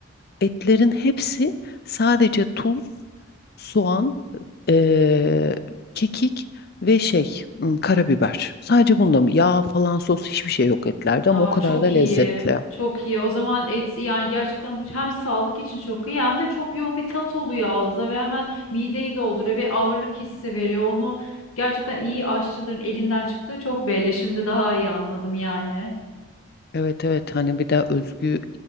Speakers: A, on the left (about 45°); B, on the left (about 80°).
A: Etlerin hepsi sadece tuz, soğan, eee, kekik ve şey, hmm, karabiber. Sadece bunda mı? Yağ falan sos hiçbir şey yok etlerde
B: Aa,
A: ama o kadar
B: çok
A: da lezzetli.
B: iyi. Çok iyi. O zaman et, yani gerçekten bu hem sağlık için çok iyi hem de çok yoğun bir tat oluyor ağızda ve hemen mideyi dolduruyor ve ağırlık hissi veriyor. Onu gerçekten iyi aşçıların elinden çıktığı çok belli. Şimdi daha iyi anladım yani.
A: Evet evet hani bir de özgü